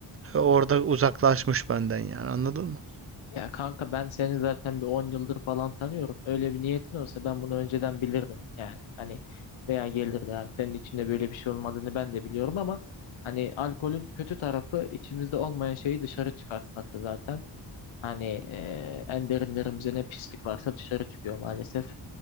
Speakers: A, on the right (about 30°); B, on the left (about 70°).
A: E, Orada uzaklaşmış benden yani anladın mı?
B: Ya kanka ben seni zaten bir 10 yıldır falan tanıyorum. Öyle bir niyetin olsa ben bunu önceden bilirdim yani. Hani veya gelirdi yani senin içinde böyle bir şey olmadığını ben de biliyorum ama hani alkolün kötü tarafı içimizde olmayan şeyi dışarı çıkartması zaten. Hani e, en derinlerimizde ne pislik varsa dışarı çıkıyor maalesef.